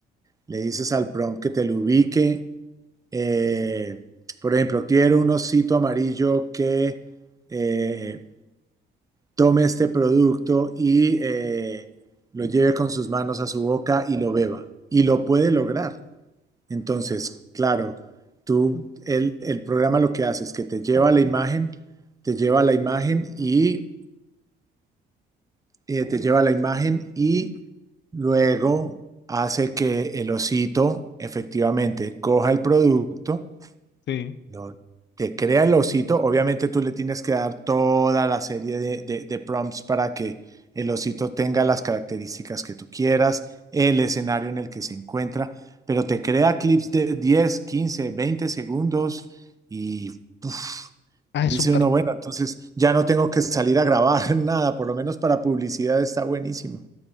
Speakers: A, on the right; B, on the left.
A: le dices al prompt que te lo ubique. eh, por ejemplo, quiero un osito amarillo que eh, tome este producto y eh, lo lleve con sus manos a su boca y lo beba. Y lo puede lograr. Entonces, claro, tú, el, el programa lo que hace es que te lleva a la imagen, te lleva a la imagen y eh, te lleva a la imagen y luego hace que el osito efectivamente coja el producto
B: sí.
A: no, te crea el osito. Obviamente tú le tienes que dar toda la serie de, de- de prompts para que el osito tenga las características que tú quieras, el escenario en el que se encuentra, pero te crea clips de 10, 15, 20 segundos y uf,
B: Ah,
A: dice
B: es súper.
A: uno, bueno, entonces ya no tengo que salir a grabar <laughs> nada, por lo menos para publicidad está buenísimo.